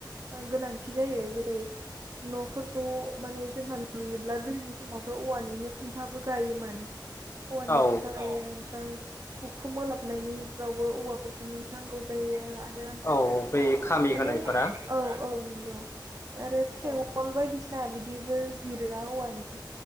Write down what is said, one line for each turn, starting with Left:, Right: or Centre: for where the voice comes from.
Right: ओ गोनांथि जायो जेरै न'फोरखौ माने जोंहा लुयोब्ला गोदोनि समावथ' औवानि बिनो खुन्थाबो गायोमोन औवानि
Left: औ
Right: खुन्था गायो ओमफ्राय हुखुमोलाबनायनिफ्रावबो औवाफोरखौ नो नांगौ जायो आरो माने
Left: औ बै खामि होनायफोरा
Right: औ औ नंगौ आरो थेंगल
Left: औ
Right: बायदिसिना बिदिबो जिरा औवानि